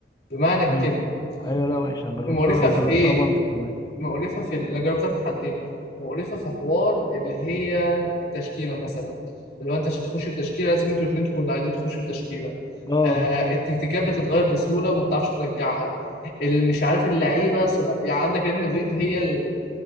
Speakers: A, on the left; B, on the left.
A: بمعنى الكلمه
B: مم. ايوه لا
A: م-
B: وحشه أنا جربتها
A: مقرفه
B: وجربتها
A: في ايه
B: مالتي كمان
A: مقرفه في ال- انا جربتها في الحالتين مقرفه في حوار اللي هي التشكيله مثلا اللي هو انت عشان تخش التشكيله لازم انتوا الاثنين تكونوا عايزين تخشوا التشكيله
B: اه
A: آه، التكتيكات بتتغير بسهوله وما بتعرفش ترجعها اللي مش عارف اللعيبه سرع- يعني عندك ريال مدريد هي ال-